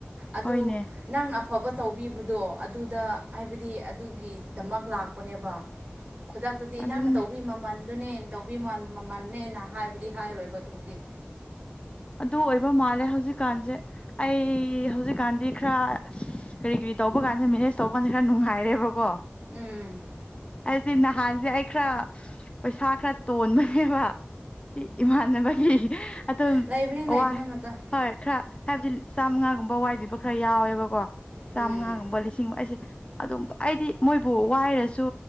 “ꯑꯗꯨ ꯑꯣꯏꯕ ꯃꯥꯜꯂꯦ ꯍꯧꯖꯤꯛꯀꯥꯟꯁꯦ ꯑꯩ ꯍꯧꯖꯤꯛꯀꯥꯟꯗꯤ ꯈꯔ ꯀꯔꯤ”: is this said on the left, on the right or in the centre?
Left